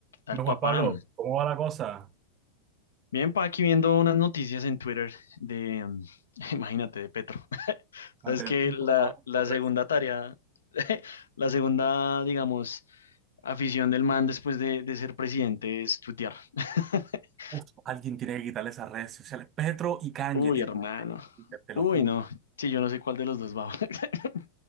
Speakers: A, on the left; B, on the right.
A: Al
B: Bueno,
A: papá.
B: Juan Pablo, ¿cómo va la cosa?
A: Bien, pa, aquí viendo unas noticias en Twitter de, mm, <laughs> imagínate, de Petro. <laughs>
B: Manteniéndote
A: Es que
B: informado
A: la, la
B: por
A: segunda
B: redes.
A: tarea, <laughs> la segunda, digamos, afición del man después de, de ser presidente es tuitear. <laughs>
B: Uf, alguien tiene que quitarle esas redes sociales. Petro y Kanye
A: Uy,
B: tienen
A: hermano.
B: que salir de Twitter, te lo
A: Uy,
B: juro.
A: no. Sí, yo no sé cuál de los dos va. <laughs>